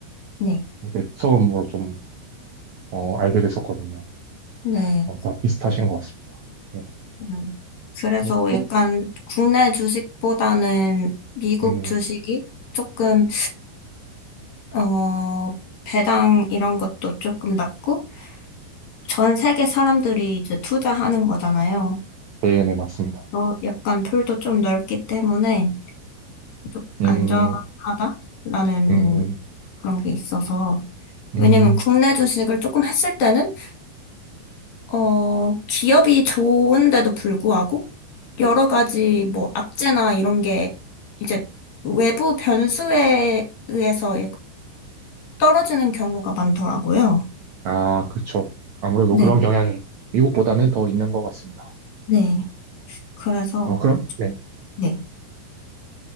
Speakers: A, on the left; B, on the right.
A: 네,
B: 그때 처음으로 좀, 어, 알게 됐었거든요.
A: 네.
B: 어, 다 비슷하신 것 같습니다. 네,
A: 음. 그래서
B: 네, 좀,
A: 약간 국내 주식보다는 미국
B: 음,
A: 주식이 조금, 어, 배당 이런 것도 조금 낮고, 전 세계 사람들이 이제 투자하는 거잖아요.
B: 네, 네, 맞습니다.
A: 어, 약간 풀도 좀 넓기 때문에 좀
B: 음,
A: 안전하다라는
B: 음,
A: 그런 게 있어서,
B: 음,
A: 왜냐면 국내 주식을 조금 했을 때는 어, 기업이 좋은데도 불구하고 여러 가지 뭐 악재나 이런 게 이제 외부 변수에 의해서 떨어지는 경우가 많더라고요.
B: 아, 그쵸. 아무래도
A: 네,
B: 그런 경향이 미국보다는 더 있는 것 같습니다.
A: 네. 그래서
B: 어, 그럼, 네,
A: 네.